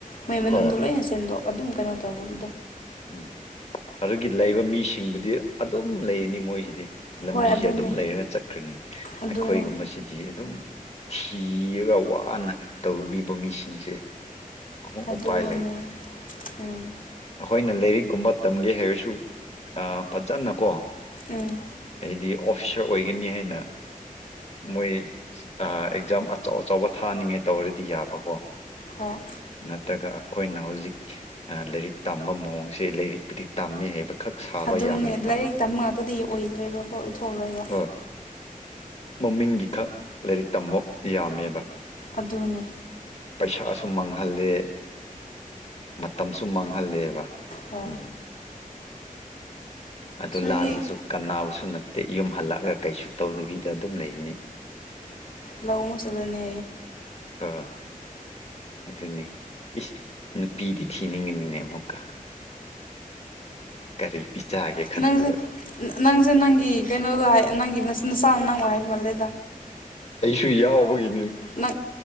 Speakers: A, on the left; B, on the left.
A: ꯃꯩ ꯃꯅꯨꯡꯗ
B: ꯍꯣꯏ
A: ꯂꯣꯏꯅ ꯁꯦꯟꯗꯣꯛ ꯑꯗꯨꯝ ꯀꯩꯅꯣ ꯇꯧꯕꯗꯣ
B: ꯎꯝ ꯑꯗꯨꯒꯤ ꯂꯩꯕ ꯃꯤꯁꯤꯡꯕꯨꯗꯤ ꯑꯗꯨꯝ ꯂꯩꯅꯤ ꯃꯣꯏꯁꯤꯗꯤ ꯂꯝꯕꯤꯁꯦ
A: ꯍꯣꯏ ꯑꯗꯨꯅꯦ
B: ꯑꯗꯨꯝ ꯂꯩꯔꯒ ꯆꯠꯈ꯭ꯔꯅꯤ
A: ꯑꯗꯨꯅꯦ
B: ꯑꯩꯈꯣꯏꯒꯨꯝꯕꯁꯤꯗꯤ ꯑꯗꯨꯝ ꯊꯤꯔꯒ ꯋꯥꯅ ꯇꯧꯔꯨꯕ ꯃꯤꯁꯤꯡꯁꯦ ꯑꯃꯨꯛ
A: ꯑꯗꯨꯅꯤ
B: ꯎꯄꯥꯏ
A: ꯎꯝ
B: ꯑꯩꯅ ꯂꯥꯏꯔꯤꯛꯀꯨꯝꯕ ꯇꯝꯒꯦ ꯍꯥꯏꯔꯁꯨ ꯐꯖꯅ ꯀꯣ
A: ꯎꯝ
B: ꯍꯥꯏꯗꯤ ꯑꯣꯐꯤꯁꯔ ꯑꯣꯏꯒꯅꯤ ꯍꯥꯏꯅ ꯃꯣꯏ ꯑꯦꯛꯖꯥꯝ ꯑꯆꯧ ꯑꯆꯧꯕ ꯊꯥꯅꯤꯡꯉꯦ ꯇꯧꯔꯗꯤ ꯌꯥꯕꯀꯣ
A: ꯍꯣꯏ
B: ꯅꯠꯇ꯭ꯔꯒ ꯑꯩꯈꯣꯏꯅ ꯍꯧꯖꯤꯛ ꯂꯥꯏꯔꯤꯛ ꯇꯝꯕ ꯃꯑꯣꯡꯁꯦ ꯂꯥꯏꯔꯤꯛꯄꯨꯗꯤ ꯇꯝꯃꯦ ꯍꯥꯏꯕ ꯈꯛ ꯁꯥꯕ
A: ꯑꯗꯨꯅꯦ
B: ꯌꯥꯝꯃꯦꯕ
A: ꯂꯥꯏꯔꯤꯛ ꯇꯝꯕ ꯉꯥꯛꯇꯗꯤ ꯑꯣꯏꯗ꯭ꯔꯣꯏꯕꯀꯣ ꯑꯣꯏꯊꯣꯛꯔꯣꯏꯕ
B: ꯍꯣꯏ ꯃꯃꯤꯡꯒꯤ ꯈꯛ ꯂꯥꯏꯔꯤꯛ ꯇꯝꯕ ꯌꯥꯝꯃꯦꯕ
A: ꯑꯗꯨꯅꯦ
B: ꯄꯩꯁꯥ ꯑ ꯁꯨꯝ ꯃꯥꯡꯍꯜꯂꯦ ꯃꯇꯝꯁꯨ ꯃꯥꯡꯍꯜꯂꯦꯕ
A: ꯍꯣꯏ
B: ꯎꯝ ꯑꯗꯨ
A: ꯅꯣꯏꯗꯤ
B: ꯂꯖꯇꯁꯨ ꯀꯟꯅꯕꯁꯨ ꯅꯠꯇꯦ ꯌꯨꯝ ꯍꯜꯂꯛꯑꯒ ꯀꯩꯁꯨ ꯇꯧꯗꯕꯤꯗ ꯑꯗꯨꯝ ꯂꯩꯅꯤ
A: ꯂꯧ ꯃꯨ ꯆꯗꯅꯦ
B: ꯑꯥ ꯑꯗꯨꯅꯦ ꯏꯁ ꯅꯨꯄꯤꯗꯤ ꯊꯤꯅꯤꯡꯉꯅꯤꯅꯦ ꯑꯃꯨꯛꯀ ꯀꯔꯤ ꯄꯤꯆꯥꯒꯦ ꯈꯟꯕꯗ
A: ꯅꯪꯁꯦ ꯅꯪꯁꯦ ꯅꯪꯒꯤ ꯀꯩꯅꯣꯒ ꯅꯪꯒꯤ ꯅꯁꯥꯅ ꯅꯪꯉꯣ ꯍꯥꯏꯕ ꯃꯥꯜꯂꯦ
B: ꯑꯩꯁꯨ ꯌꯥꯎꯕꯒꯤ
A: ꯅ